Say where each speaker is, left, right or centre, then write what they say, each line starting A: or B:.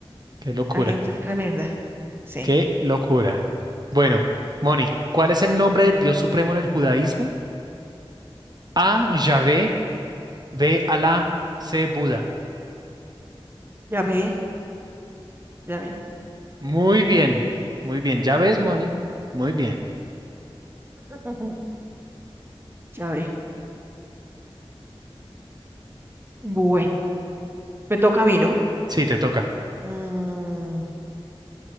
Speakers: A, on the right (about 45°); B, on the right (about 25°).
A: Qué locura,
B: Esa gente es tremenda. Sí,
A: qué locura. Bueno, Moni, ¿cuál es el nombre del Dios supremo en el judaísmo? A, Yahvé, B, Alá, C, Buda.
B: ya ve, ya ve,
A: Muy bien, muy bien. ¿Ya ves, Moni? Muy bien.
B: <laughs> ya ve. Bueno, me toca a mí, ¿no?
A: Sí, te toca.
B: Mm,